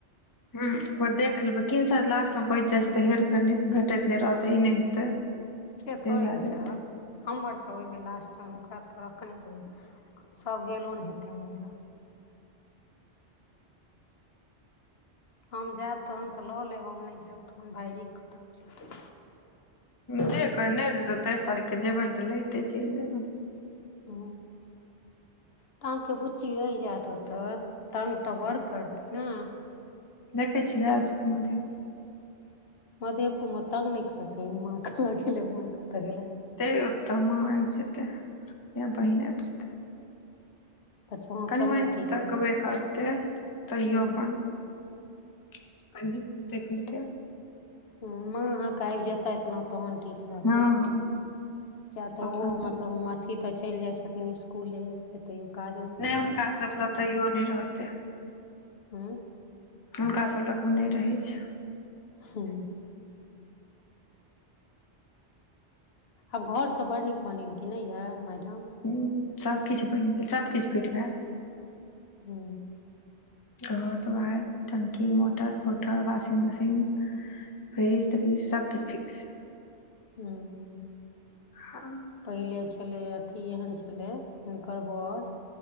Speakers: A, on the left; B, on the left.
A: हुँ एकबेर देख लेबै किन साइ लास्टो मे बचि जाइ छै तऽ हेर फेर भेटैत नैय रहतै ई नैय हेतै
B: से थोड़े होई
A: भए
B: छै
A: जेतै
B: भक्क हमर तऽ ओइ बेर लास्ट टाइम ओकरा तऽ रखने रही एखन सभ गेलो ने हेते ओने ला हम जायब तहन तऽ लऽ लेब हम नै जायब तहन भाइजी के कतऽ चले
A: जे कर नै तऽ तेइस तारीख के जेबैन तऽ लहित चलि जेबै
B: आ अहा के बुच्ची रहि जेत ओतऽ तंग तऽ बड़ करतै नै
A: देखै छलियै आजु म
B: मधेपुर मे तंग नैय करथिन माँ कहा गेले माँ कतऽ गेले
A: ते ओतऽ माँ आबि जेतै या बहिन आबि जेते।
B: अच्छा हँ
A: कनि
B: तहन
A: मान तऽ
B: ठीक
A: तकबे
B: रहत
A: करते तैयो
B: हूं
A: अपन कनी घूमते-फिरते
B: ह माँ अहाँकेँ आबि जेथत न तहन ठीक रहतै
A: हँ हँ
B: किए
A: तखन
B: तऽ ओहो मतलब अथी तऽ चलि जाई छथिन इसकुले एतयो कऽ
A: नैय हुनका सभ लग तैयो नै रहतै
B: हू
A: हुनका सभ लगमे नै रहै छै
B: हु आब घर सभ बड़ नीक बनेलखिन नै यैय मैडम
A: हु सभकिछ बनि गेल सभकिछ फिट भए गेल
B: हु
A: घर दुआई टंकी मोटर-फोटर वाशिंग मशीन फ्रीज-त्रीज सभकिछ फिक्स
B: हु
A: ह
B: पहिले छेले अथी एहन छलै हिनकर बर